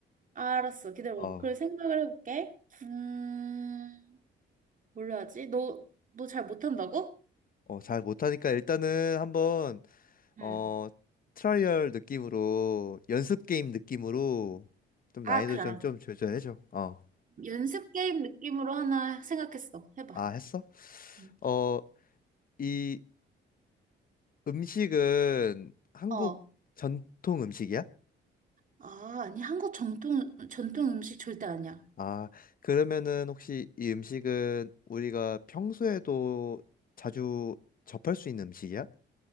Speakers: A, on the right; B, on the left.
A: 아, 알았어 기다려봐
B: 어.
A: 그래 생각을 해볼게 음 뭘로 하지? 너 너 잘 못한다고?
B: 어, 잘 못하니까 일단은 한번
A: 응.
B: 어 트라이얼 느낌으로 연습 게임 느낌으로 좀
A: 아
B: 난이도
A: 그래
B: 좀
A: 알았어
B: 좀 조절해줘. 어,
A: 연습 게임 느낌으로 하나 생각했어 해봐
B: 아 했어?
A: 응.
B: 어, 이 음식은 한국
A: 어.
B: 전통 음식이야?
A: 아, 아니, 한국 정통, 전통 음식 절대 아니야.
B: 아, 그러면은 혹시 이 음식은 우리가 평소에도 자주 접할 수 있는 음식이야?